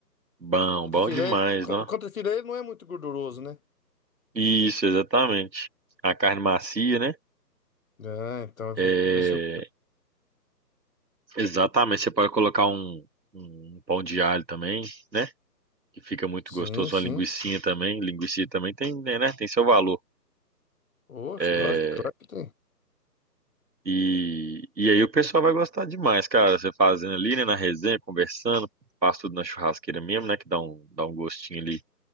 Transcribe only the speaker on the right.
Bom,
bom demais,
não?
Isso, exatamente. A carne macia, né?
É,
exatamente. Você pode colocar um, um pão de alho também, né? Que fica muito
gostoso.
Uma linguicinha também. Linguiça também tem, né? né? Tem seu valor.
É,
e, e aí o pessoal vai gostar demais, cara. Você fazendo ali, né? Na resenha, conversando. Faz tudo na churrasqueira mesmo, né? Que dá um, dá um gostinho ali